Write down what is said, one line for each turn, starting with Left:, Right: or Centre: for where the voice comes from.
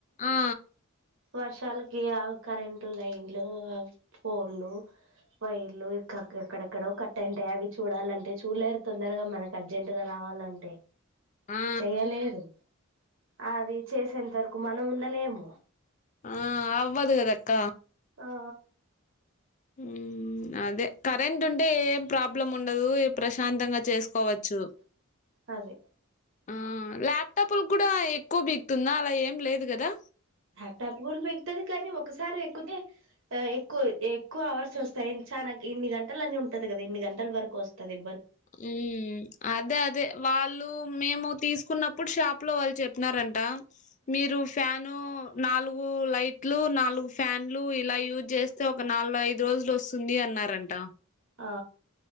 Left: ఆ
Right: వర్షాలకి ఆ కరెంటు లైన్లు ఆ ఫోల్లు వైర్లు ఇక్క ఎక్కడెక్కడో కట్టయింటాయి అవి చూడాలంటే చూడలేరు తొందరగా మనకి అర్జెంట్గా రా రావాలంటే
Left: ఆ
Right: చెయ్యలేరు అది చేసేంత వరకు మనం ఉండలేము
Left: ఆ అవ్వదు కదా అక్క
Right: ఆ
Left: హ్మ్ అదే కరెంట్ ఉంటే ఏం ప్రాబ్లం ఉండదు ఈ ప్రశ్ శాంతంగా చేసుకోవచ్చు
Right: అదే
Left: ఆ ల్యాప్ టాప్ లకు కూడా ఎక్కువ పీగుతుందా అలా ఏం లేదు కదా
Right: లాప్ టాప్ కూడా పీకుతది కానీ ఒకసారి ఎక్కుతే ఆ ఎక్కువ ఎక్కువ అవర్స్ వస్తాయి చాలా ఇన్ని గంటల అని ఉంటది కదా ఇన్ని గంటల వరకు వస్తుంది
Left: ఉమ్ అదే అదే వాళ్ళు మేము తీసుకున్నప్పుడు షాప్ లో వాళ్ళు చెప్పినారంట మీరు ఫ్యాను నాలుగు లైట్లు నాలుగు ఫ్యాన్లు ఇలా యూజ్ చేస్తే ఒక నాలుగు ఐదు రోజులు వస్తుంది అన్ అన్నారంటా
Right: ఆ